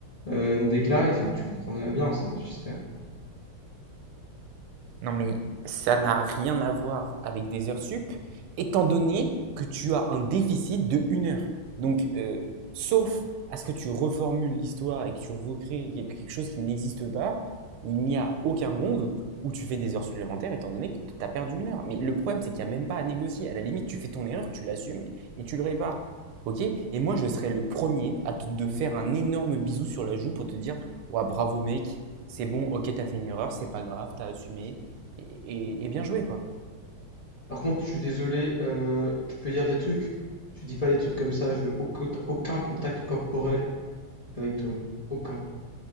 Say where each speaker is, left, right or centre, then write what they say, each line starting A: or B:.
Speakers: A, on the left; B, on the right.
A: euh, non déclarés. Enfin, tu comprendras bien ça, j'espère.
B: Non mais ça n'a rien à voir avec des heures sup, étant donné que tu as un déficit de une heure. Donc, euh, sauf à ce que tu reformules l'histoire et que tu recrées quelque chose qui n'existe pas, il n'y a aucun monde où tu fais des heures supplémentaires, étant donné que tu as perdu une heure. Mais le problème, c'est qu'il n'y a même pas à négocier. À la limite, tu fais ton erreur, tu l'assumes et tu le répares. Ok Et moi, je serais le premier à te de faire un énorme bisou sur la joue pour te dire, ouais, bravo mec, c'est bon, ok, t'as fait une erreur, c'est pas grave, t'as assumé, et, et- et bien joué, quoi.
A: Par contre, je suis désolé, euh, tu peux dire des trucs. Tu dis pas des trucs comme ça. Je veux aucun, aucun contact corporel avec toi. Aucun.